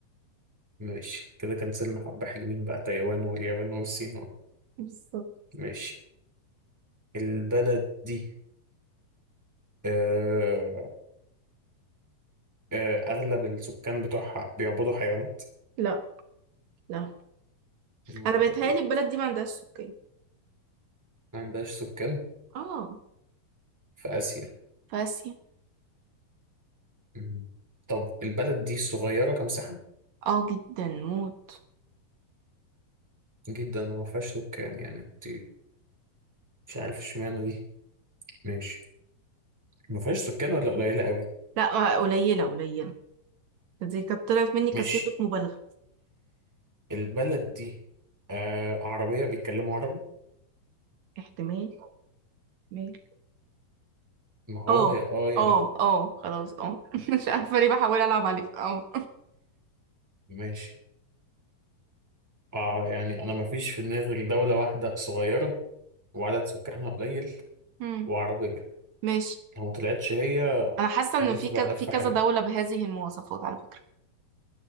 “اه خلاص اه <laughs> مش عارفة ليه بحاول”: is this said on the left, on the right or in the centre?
Right